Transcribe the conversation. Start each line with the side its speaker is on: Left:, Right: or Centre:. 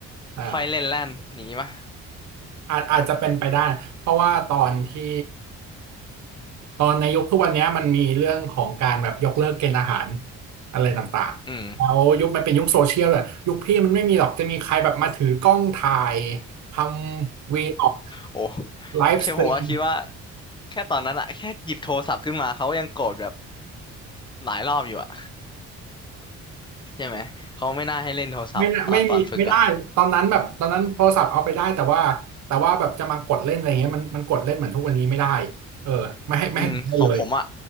Right: อ่า
Left: ค่อยเล่นแล่นอย่างงี้ปะ
Right: อาจอาจจะเป็นไปได้เพราะว่าตอนที่ตอนในยุคทุกวันเนี้ยมันมีเรื่องของการแบบยกเลิกเกณฑ์อาหารอะไรต่างๆแล้วยุคมันเป็นยุคโซเชียลเลยยุคพี่มันไม่มีหรอกจะมีใครแบบมาถือกล้องถ่าย
Left: <laughs> อืม
Right: ทำวีออก
Left: โอ้
Right: ไลฟ์สตรีม
Left: แค่ผมว่าคิดว่าแค่ตอนนั้นอะแค่หยิบโทรศัพท์ขึ้นมาเขาก็ยังโกรธแบบหลายรอบอยู่อะ ใช่ไหมเขาไม่น่าให้เล่นโทรศัพท์ตอนตอนฝึกอ่ะ
Right: ไม่น่าไม่มีไม่ได้ตอนนั้นแบบตอนนั้นโทรศัพท์เอาไปได้แต่ว่าแต่ว่าแบบจะมากดเล่นอะไรเงี้ยมันมันกดเล่นเหมือนทุกวันนี้ไม่ได้เออไม่ให้ไม่ให้กดเล่นเลย
Left: อืมของผมอ่ะ